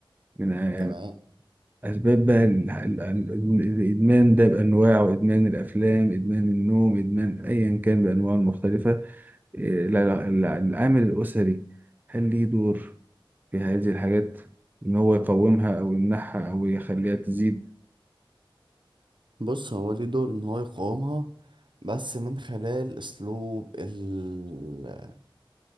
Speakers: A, on the right; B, on the right.
A: من يعني
B: تمام
A: أسباب بقى ال- ال- الإدمان ده بأنواعه إدمان الأفلام إدمان النوم إدمان أيا كان بأنواعه المختلفة إيه الع- الع- العامل الأسري هل ليه دور في هذه الحاجات إن هو يقومها أو يمنعها أو يخليها تزيد؟
B: بص هو ليه دور ان هو يقاومها بس من خلال اسلوب ال...